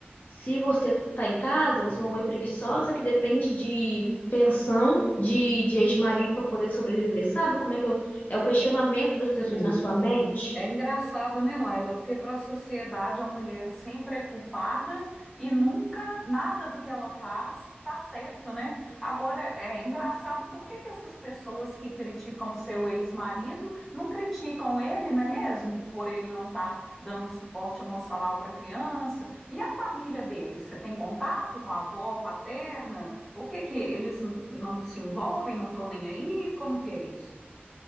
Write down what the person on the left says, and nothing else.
se você tá em casa, você é uma mãe preguiçosa que depende de pensão de, de ex-marido para poder sobreviver. Sabe como é que eu- é o questionamento das pessoas
na sua mente?